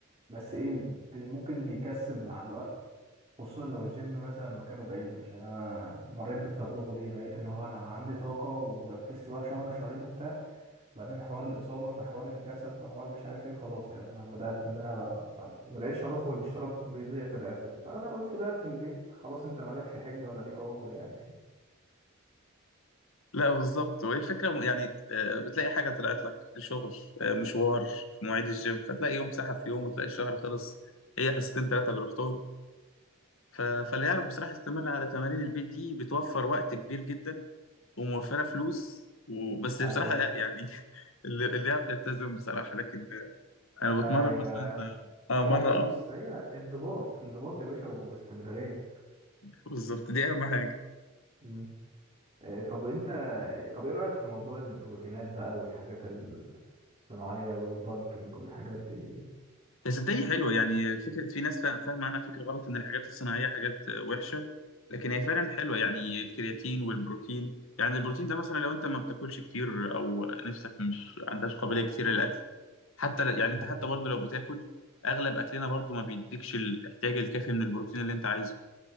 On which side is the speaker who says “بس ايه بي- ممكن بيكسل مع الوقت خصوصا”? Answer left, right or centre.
Right